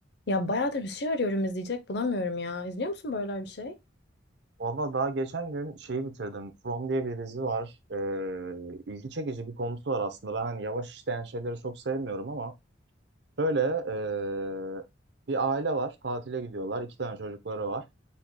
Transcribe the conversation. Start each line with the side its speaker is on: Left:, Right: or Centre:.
Left: Ya bayağıdır bir şey arıyorum izleyecek bulamıyorum ya. İzliyor musun böyle bir şey?
Right: Valla daha geçen gün şeyi bitirdim. From diye bir dizi var. Ee, ilgi çekici bir konusu var aslında. Ben hani yavaş işleyen şeyleri çok sevmiyorum ama böyle ee, bir aile var. Tatile gidiyorlar. İki tane çocukları var.